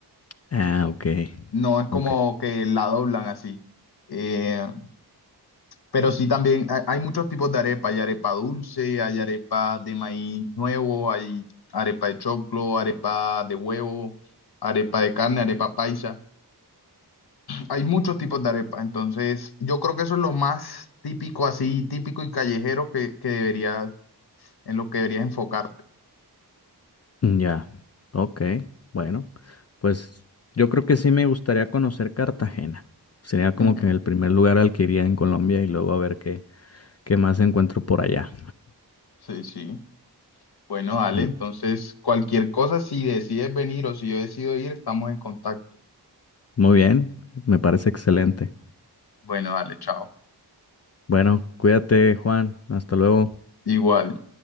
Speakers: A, on the left; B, on the left.
A: Ah, ok.
B: No es como
A: Ok.
B: que la doblan así. Eh, Pero sí también ha- hay muchos tipos de arepa. Hay arepa dulce, hay arepa de maíz nuevo, hay arepa de choclo, arepa de huevo, arepa de carne, arepa paisa. Hay muchos tipos de arepa. Entonces, yo creo que eso es lo más típico, así típico y callejero que, que deberías, en lo que deberías enfocarte.
A: Ya. Ok. Bueno, pues yo creo que sí me gustaría conocer Cartagena. Sería como
B: <laughs>
A: que el primer lugar al que iría en Colombia y luego a ver qué, qué más encuentro por allá.
B: Sí, sí. Bueno, Ale,
A: Muy,
B: entonces cualquier cosa, si decides venir o si yo decido ir, estamos en contacto.
A: muy bien, me parece excelente.
B: Bueno, dale, chao.
A: Bueno, cuídate, Juan. Hasta luego.
B: Igual.